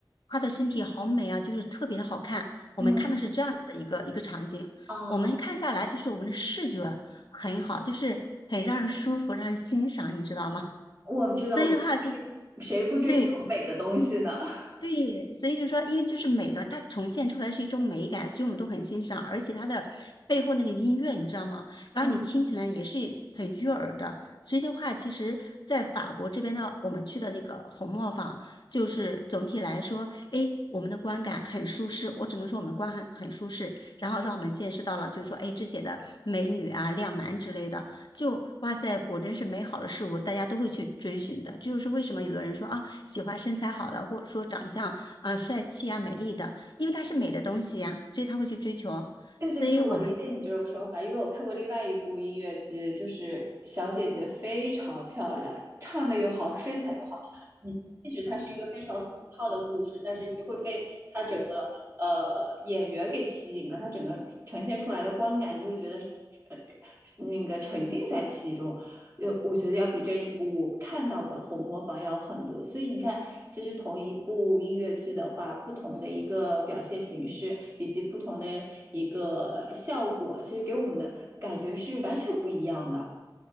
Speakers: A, on the left (about 70°); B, on the right (about 35°).
A: 他的身体好美啊，就是特别的好看。我们看的是这样子的一个一个场景，
B: 嗯。啊，
A: 我们看下来就是我们的视觉。很好，就是很让人舒服，让人欣赏，你知道吗？
B: 我知道，
A: 所以的话就，
B: 我知道，就是谁不追求美的东西呢？
A: 对
B: <laughs>
A: 对，所以就说，因为就是美的，它呈现出来是一种美感，所以我们都很欣赏，而且它的背后那个音乐，你知道吗？然后你听起来也是很悦耳的。
B: 嗯，
A: 所以的话，其实，在法国这边呢，我们去的那个红磨坊，就是总体来说，哎，我们的观感很舒适。我只能说我们的观感很舒适，然后让我们见识到了，就是说，哎，这些的美女啊、靓男之类的。就哇塞，果真是美好的事物，大家都会去追寻的。这就是为什么有的人说啊，喜欢身材好的，或者说长相啊、帅气啊、美丽的，因为它是美的东西呀、所以他会去追求。
B: 对对对，
A: 所以我们
B: 我理解你这种说法，因为我看过另外一部音乐剧，就是小姐姐非常漂亮，唱的又好，身材又好。你即使它是一个非常俗套的故事，但是你就会被她整个呃演员给吸引了，她整个呈现出来的观感，你就会觉得呃那个沉浸在其中。呃，我觉得要比这一部我看到的红磨坊要很多，所以你看，其实同一部音乐剧的话，不同的一个表现形式以及不同的一个效果，其实给我们的感觉是完全不一样的。